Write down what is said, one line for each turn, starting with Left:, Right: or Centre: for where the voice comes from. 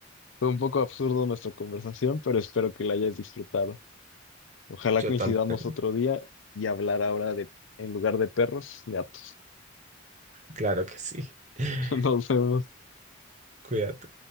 Left: fue un poco absurdo nuestra conversación, pero espero que la hayas disfrutado. Ojalá
Right: Yo
Left: coincidamos
Right: también,
Left: otro día y hablar ahora de, en lugar de perros, gatos.
Right: claro que sí. <laughs>
Left: <laughs> Nos vemos.
Right: Cuídate.